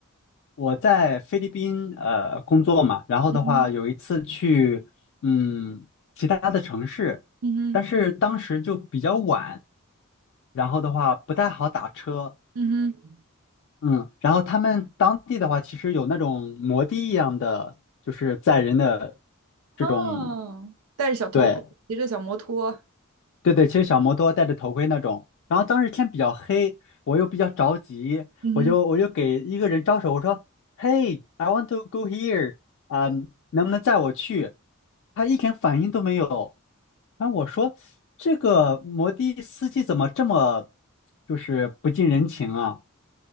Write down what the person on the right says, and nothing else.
嗯哼，嗯哼，
嗯哼，
哦，戴着小头盔，
骑着小摩托，
嗯哼，